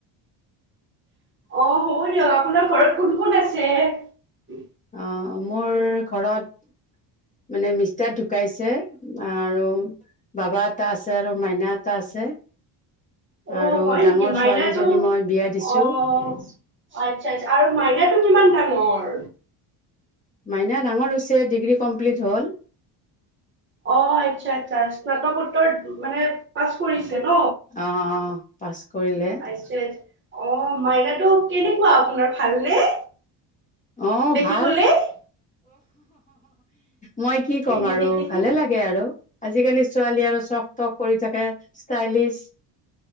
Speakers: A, on the right; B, on the left.
A: অহ, হ'ব দিয়ক আপোনাৰ ঘৰত কোন -কোন আছে?
B: অ', মোৰ ঘৰত মানে মিষ্টাৰ ঢুকাইছে আৰু বাবা এটা আছে আৰু মাইনা এটা আছে।
A: অহ,
B: আৰু
A: হয়
B: ডাঙৰ
A: নেকি? মাইনাটো
B: ছোৱালীজনী মই বিয়া দিছো
A: অ', আচ্ছা -আচ্ছা আৰু মাইনাটো কিমান ডাঙৰ?
B: মাইনা ডাঙৰ হৈছ তে ডিগ্ৰী কমপ্লিট হ'ল।
A: অহ, আচ্ছা -আচ্ছা স্নাতকোত্তৰ মানে পাছ কৰিছে। ন?
B: অ' অ' পাছ কৰিলে।
A: আচ্ছা আচ্ছা। অ' মাইনাটো কেনেকুৱা আপোনাৰ ভালনে?
B: অ'
A: দেখিবলে?
B: ভাল। মই কি ক'ম
A: দেখ
B: আৰু
A: দেখ দেখি।
B: ভালে লাগে আৰু আজিকালিৰ ছোৱালী আৰু চখ তখ কৰি <unintelligible> ষ্টাইলিছ।